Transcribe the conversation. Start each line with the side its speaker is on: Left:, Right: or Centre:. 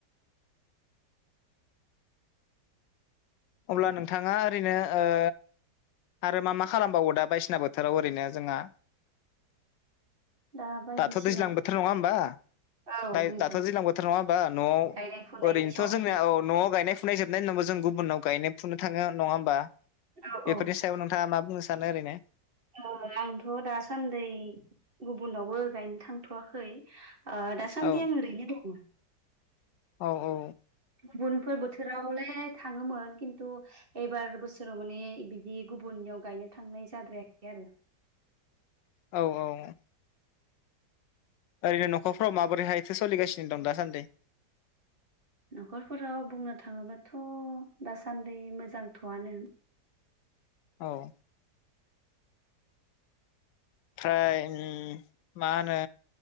Left: अब्ला नोंथाङा ओरैनो ओ आरो मा मा खालामबावो दा बायसिना बोथोराव ओरैनो जोंहा?
Right: दा बायदिसिना
Left: दाथ' दैज्लां
Right: बोथोराव
Left: बोथोर नङा होमबा?
Right: औ
Left: फाय
Right: नंगौ
Left: दाथ' दैलां बोथोर नङा होमबा न'आव
Right: गायनाय फुनायनि
Left: ओरैनोथ'
Right: सम
Left: जोंनिया औ न'आव गायनाय फु फुनाय जोबनायनि उनावबो जों गुबुननाव गायनो फुनो थाङो आर नङा होमबा
Right: औ
Left: बेफोरनि
Right: औ
Left: सायाव नोंथाङा मा बुंनो सा सानो ओरैनो?
Right: ओम आंथ' दासान्दै गुबुनावबो गायनो थांथ'वाखै ओ दा दासान्दि
Left: औ
Right: आं ओरैनो दङ।
Left: औ औ
Right: गुबुनफोर बोथोरावलाय थाङोमोन किन्तु एबार बोसोराव माने बिदि गुबुननियाव गायनो थांनाय जाद्रायाखै आरो।
Left: औ औ। ओरैनो न'खरफोराव माबोरैहायथो सलिगासिनो दं दासान्दै?
Right: न'खरफोराव बुंनो थाङोबाथ' दासान्दि मोजांथ'आनो।
Left: <inaudible> औ फ्राय उम मा होनो